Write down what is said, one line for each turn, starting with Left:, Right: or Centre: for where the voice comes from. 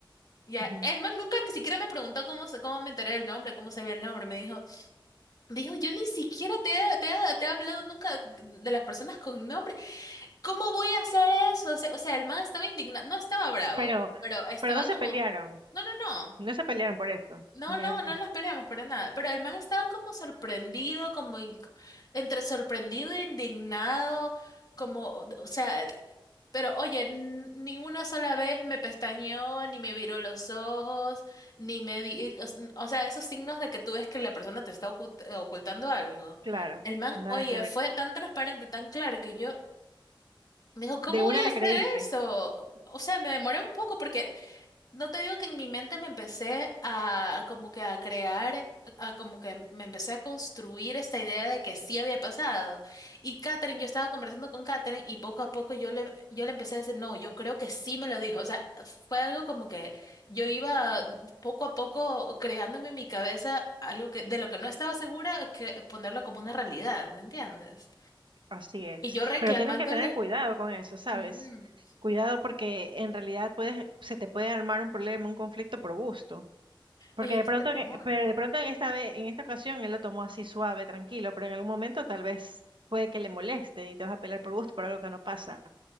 Left: Ya,
Right: Ujú.
Left: el man nunca ni siquiera me preguntó cómo, se- cómo me enteré del nombre, cómo se ve el nombre. Me dijo, Dijo, yo ni siquiera te he, te he- te he hablado nunca de las personas con nombre. ¿Cómo voy a hacer eso? O sea, o sea, el man estaba indignado, no estaba bravo,
Right: Pero,
Left: pero estaba
Right: pero no se
Left: como,
Right: pelearon.
Left: no, no, no.
Right: No se pelearon por eso.
Left: No,
Right: Ya,
Left: no, no nos peleamos para nada. Pero el man estaba como sorprendido, como in- entre sorprendido e indignado, como, o sea, pero oye, n- ni una sola vez me pestañeó, ni me viró los ojos, ni me di, o s- o sea, esos signos de que tú ves que la persona te está ocult- ocultando algo.
Right: claro.
Left: El man,
Right: Nada
Left: oye,
Right: que ver.
Left: fue tan transparente, tan claro que yo me dijo, ¿cómo
Right: De una
Left: voy
Right: le
Left: a hacer
Right: creíste.
Left: eso? O sea, me demoré un poco porque no te digo que en mi mente me empecé a como que a crear, a, como que me empecé a construir esta idea de que sí había pasado. Y Katherine, yo estaba conversando con Katherine y poco a poco yo le, yo le empecé a decir, no, yo creo que sí me lo dijo. O sea, fue algo como que yo iba poco a poco creándome en mi cabeza algo que de lo que no estaba segura, que ponerlo como una realidad, ¿me entiendes?
Right: Así es.
Left: Y yo reclamándole,
Right: Pero tienes que tener cuidado con eso, ¿sabes?
Left: "Ujú,
Right: Cuidado porque en realidad puedes, se te puede armar un problema, un conflicto por gusto. Porque
Left: Oye, esto
Right: de pronto,
Left: te lo
Right: que-
Left: juro.
Right: pero de pronto en esta vez, en esta ocasión él lo tomó así suave, tranquilo, pero en algún momento tal vez puede que le moleste y te vas a pelear por gusto por algo que no pasa.